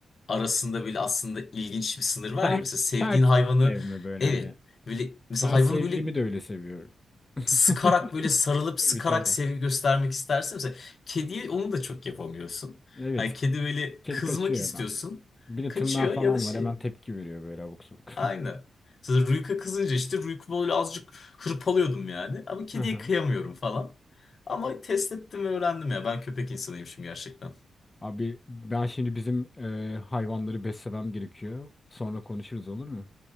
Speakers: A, on the left; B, on the left.
A: arasında böyle aslında ilginç bir sınır var
B: Sert,
A: ya. Mesela sevdiğin
B: sert
A: hayvanı
B: sevme böyle
A: evet
B: hani.
A: böyle mesela
B: Ben
A: hayvanı
B: sevgilimi
A: böyle
B: de öyle seviyorum. <laughs>
A: sıkarak böyle sarılıp sıkarak
B: Tabii tabii.
A: sevgi göstermek istersen mesela kediye onu da çok yapamıyorsun.
B: Evet.
A: Hani kedi böyle
B: Kedi
A: kızmak
B: kaçıyor
A: istiyorsun
B: hemen. Bir de
A: kaçıyor
B: tırnağı falan
A: ya da şey
B: var. Hemen tepki veriyor böyle abuk sabuk.
A: aynı. Mesela Ruyk'a kızınca işte Ruyk'u böyle azıcık hırpalıyordum yani ama kediye
B: <laughs>
A: kıyamıyorum falan. Ama test ettim ve öğrendim ya ben köpek insanıymışım gerçekten.
B: Abi ben şimdi bizim e, hayvanları beslemem gerekiyor. Sonra konuşuruz olur mu?